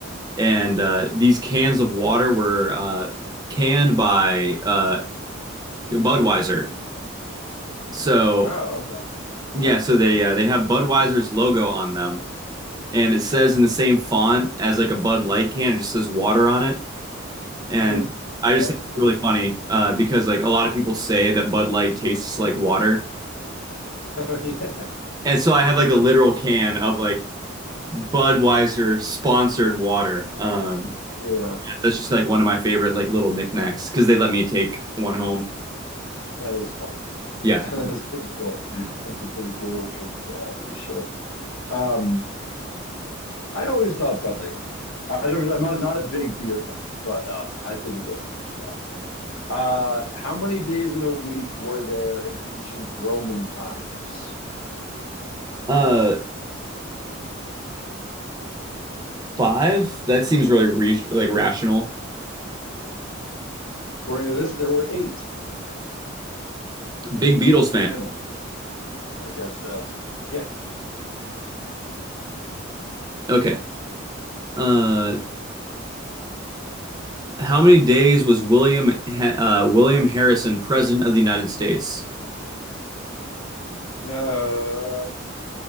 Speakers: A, on the right (about 20°); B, on the left (about 85°).
A: and uh, these cans of water were uh, canned by uh, Budweiser So
B: Oh, okay.
A: yeah, so they uh, they have Budweiser's logo on them, and it says in the same font as like a Bud Light can. It just says water on it, and
B: Hmm.
A: I
B: That's
A: just think
B: cool.
A: it's really funny uh, because like a lot of people say that Bud Light tastes like water,
B: <laughs> Oh yeah,
A: and so I have like a literal can of like Budweiser sponsored water. Um,
B: yeah.
A: that's just like one of my favorite like little knickknacks because they let me take one home.
B: That is funny.
A: Yeah,
B: <laughs> Yeah, that's pretty cool. That's a pretty cool little trinket to have for sure. Um. I always thought Bud Light was okay. I don't, I'm not, not a big beer guy, but um, I think it gets too much flack. Uh, how many days in a week were there in ancient Roman times?
A: uh, five. That seems really re like rational.
B: According to this, there were eight.
A: Big Beatles
B: Who
A: fan.
B: knew? I guess so. Yeah.
A: Okay. Uh, how many days was William uh, William Harrison president of the United States?
B: Uh,